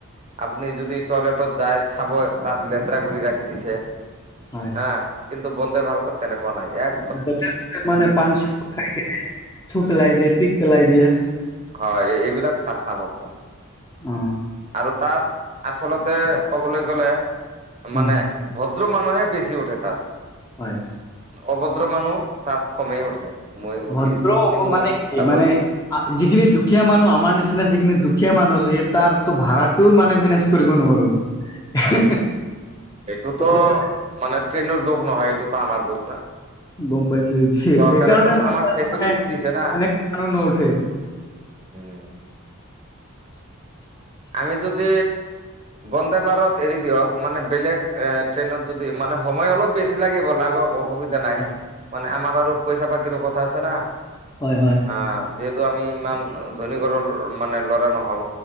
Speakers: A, on the right; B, on the left.
A: আপুনি যদি টয়লেটত যায় চাব তাত লেতেৰা কৰি ৰাখি দিছে।
B: হয়
A: হা, কিন্তু বন্দে ভাৰতত তেনেকুৱা নাই এক
B: যতে ততে মানে পান চেকৰ খায় কেনে থু পেলাই দিয়ে পিক পেলাই দিয়ে।
A: হয় এইবিলাক তাত নাপাব,
B: অ
A: আৰু তাত আচলতে ক'বলৈ গ'লে,
B: উম
A: মানে ভদ্ৰ মানুহে বেচি উঠে তাত।
B: হয়।
A: অভদ্ৰ মানুহ তাত কমেই উঠে। মই উঠি
B: ভদ্ৰ
A: যিখিনি
B: হব
A: মই
B: মানে কি
A: চালো
B: মানে
A: আৰু
B: যিখিনি দুখীয়া মানুহ আমাৰ নিচিনা যিখিনি দুখীয়া মানুহ আছে, সি তাৰটো ভাড়াত টো মানে মেনেজ কৰিব নোৱাৰো।
A: এইটোতো
B: গম পাইছো
A: মানে ট্ৰেইনৰ দুখ নহয়, এইটোতো আমাৰ দুখ না।
B: গম পাইছো সেইটোৱে
A: চৰকাৰে
B: সেইকাৰণে
A: তোম আমাক ফেচিলিটি
B: মানে
A: দিছে না।
B: এনেকে মানুহ নুঠে
A: উম।
B: <unintelligible>
A: আমি যদি বন্দে ভাৰত এৰি দিয়ক মানে বেলেগ এ ট্ৰেইনত যদি মানে সময় অলপ বেছি লাগিব লাগক অসুবিধা নাই,
B: হয়
A: মানে আমাৰ আৰু পইচা পাতিৰো কথা আছে না।
B: হয় হয়।
A: আহ যিহেতু আমি ইমান ধনী ঘৰৰ মানে লৰা নহও।